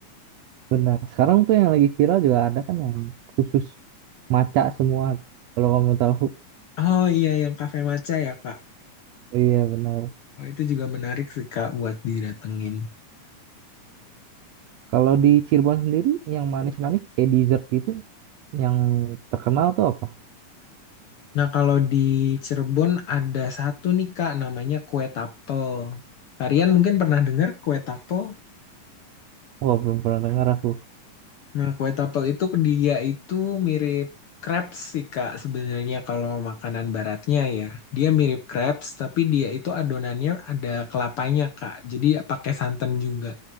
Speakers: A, on the right (about 75°); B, on the left (about 65°).
A: Benar. Sekarang tuh yang lagi viral juga ada kan yang khusus maca semua. Kalau kamu tahu.
B: Oh iya yang kafe maca ya Kak.
A: Iya benar.
B: Oh itu juga menarik sih Kak buat didatengin.
A: Kalau di Cirebon sendiri yang manis-manis kayak dessert gitu yang terkenal tuh apa?
B: Nah, kalau di Cirebon ada satu nih Kak, namanya kue tapel. Kalian mungkin pernah dengar kue tapel?
A: Wah, belum pernah dengar aku.
B: Nah, kue tapel itu dia itu mirip crepes sih Kak sebenarnya kalau makanan baratnya ya. Dia mirip crepes, tapi dia itu adonannya ada kelapanya Kak. Jadi pakai santan juga.